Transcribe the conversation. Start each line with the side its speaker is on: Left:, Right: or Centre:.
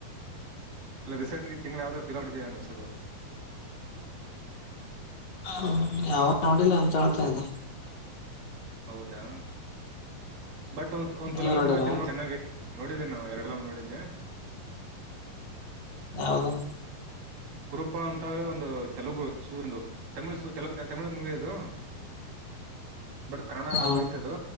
Right: ಇಲ್ಲ ರೀಸೆಂಟ್ಗೆ ತಿಂಳ ಯಾವ್ದಾದ್ರು ಫೀಲ್ ಮಾಡಿದ ಅನ್ಸದು
Left: ಹ್ಮ ಯಾವ ನೋಡಿಿಲ್ಲ ಅಂತ ಹೇಳ್ತಾ ಇದೆ
Right: ಹೌದಾ ಬಟ್ ಒಂದ ಒಂದ್ ಸ್ಲ
Left: ನೀವ್
Right: ಮಸರು
Left: ನೋಡ್ಯಾರ
Right: ಆತ ನೋ ಚೆನ್ನಾಗಿ ನೋಡಿದ್ದೆ ನಾವು ಎರಡ ನೋಡಿದ್ದೆ
Left: ಹೌದು
Right: ಕುರುೂಪ ಅಂತಾಗ ಒಂದು ತೆಲುಗು ಶೂರ್ಂದು ತಮಿಳ್ ತೆ ತಮಿಳ್ ಮೂವಿ ಅದು ಬಟ್ ಕಡ
Left: ಹ
Right: ಡಬ್ಬ ಐ್ತದು